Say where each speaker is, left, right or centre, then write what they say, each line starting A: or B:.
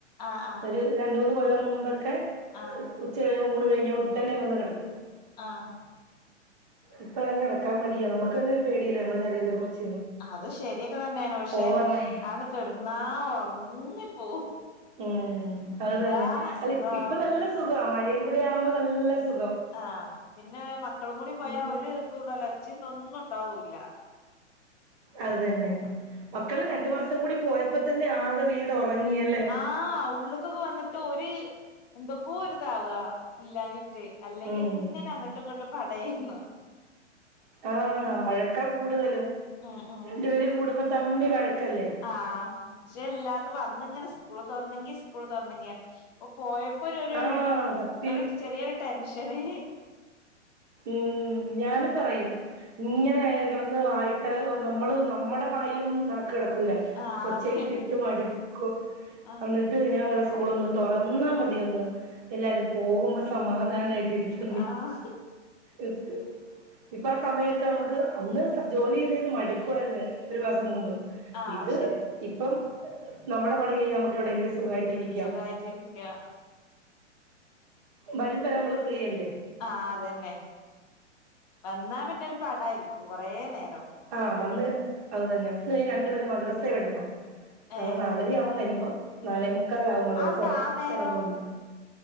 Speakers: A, on the left; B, on the right.
A: ആ ആ
B: ഒരു രണ്ട് മൂന്ന് കൊല്ലം മുമ്പൊക്കെ
A: ആ
B: ഉച്ച കഴിഞ്ഞ് ഊണ് കഴിഞ്ഞാൽ ഉടെനെ വന്ന് കിടക്കും
A: ആഹ
B: ഇപ്പ അങ്ങെനെ കിടക്കാൻ മടിയാ നമുക്ക് തന്നെ ഒരു പേടിയില്ലേ നമ്മുടെ ശരീരത്തെ കുറിച്ച്
A: അത് ശരിയൊക്കെ തന്നെയാണ് പക്ഷെ
B: ഓവറായി
A: അതണ്ട് കെടന്നാ ഉറങ്ങിപ്പോവും
B: ഉം അത്
A: എന്താണ്
B: തന്നെ
A: ആ
B: അല്ല
A: സുഖം അവർക്കിന്
B: ഇപ്പൊ നല്ല സുഖവാ മഴയും കൂടെ ആവുമ്പോ നല്ല സുഖം
A: ആഹ പിന്നെ മക്കളും കൂടി പോയാ
B: ഉം,
A: ഒരു ഇതുംണ്ടാല്ല ഒച്ചയും ഇതൊന്നും ഉണ്ടാവൂല്ല
B: അത് തന്നെ മക്കള് രണ്ടു മാസം കൂടി പോയപ്പോ തന്നെ ആകെ വീട് ഉറങ്ങിയല്ലേ
A: ആഹ് ഉള്ള്ക്കൊക്കെ വന്നിട്ട് ഒരു എന്തൊക്കോ ഒര് ഇതാവ ഇല്ലാഞ്ഞിട്ട് അല്ലെങ്കിൽ
B: ഉം.
A: ഇങ്ങനെ അങ്ങട്ടും ഇങ്ങട്ടും പടേരുന്നു
B: ആഹ വഴക്കാ കൂടുതലും
A: ആഹ് ആഹ്
B: രണ്ടു പേരും കൂടുമ്പോ തമ്മി വഴക്കല്ലേ
A: ആഹ് പക്ഷെ ഇല്ലാത്തപ്പൊ അന്നിങ്ങനെ സ്കൂള് തോറന്നെങ്കി സ്കൂൾ തോറന്നെങ്കി പറഞ്ഞ് ഇപ്പൊ പോയപ്പൊ ഒരു ഒരു
B: ആഹ് സത്യം
A: ഒരു ചെറിയൊരു ടെൻഷന്
B: ഉം ഞാനും പറയും ഇങ്ങനെ കിടന്ന് വായിട്ട് നമ്മൾ നമ്മുടെ വായിലും നാക്ക് കെടക്കൂല
A: ആഹ്
B: ഒച്ചയിട്ടിട്ട്
A: അതന്നെ
B: മടുക്കും
A: ആഹ്
B: അന്നിട്ട് ഞാൻ പറയും സ്കൂൾ ഒന്ന് തുറന്നാ മതി ഒന്ന് എല്ലാരും പോകുമ്പോ സമാധാനമായിട്ടിരിക്കാം
A: ആഹ്
B: ഇസ്ക് ഇപ്പൊ ആ സമയൊക്കെ നമുക്ക് അന്ന് ജോലി ചെയ്ത് ചെയ്ത് മടിക്കുവായിരുന്ന് ഒരു മാസം മുമ്പ്
A: ആഹ്
B: ഇത്
A: അത് ശരിയാണ്
B: ഇപ്പം നമ്മുടെ പണി കഴിഞ്ഞ് നമുക്ക് എവിടെങ്കിലും സുഖമായിട്ടി ഇരിക്കാം
A: സുഖായിട്ട് ഇരിക്ക്യ
B: വരും വരെ നമ്മള് ഫ്രീയല്ലേ
A: ആഹ അതന്നെ വന്നാ പിന്നെ ഒരു പടായിരിക്കും കൊറേ നേരം
B: ആഹ് വന്ന് അത് തന്നെ വന്ന്
A: ഉം
B: രണ്ടുപേര മദ്രസെ വിടല്ലോ അഹ്
A: ഏഹ്
B: നാലണിയാവു വ രുമ്പോ നാലെ മുക്കാലാവും മദ്രസോടം
A: അതെന്താ ആ നേരം
B: തുടങ്ങുമ്പോ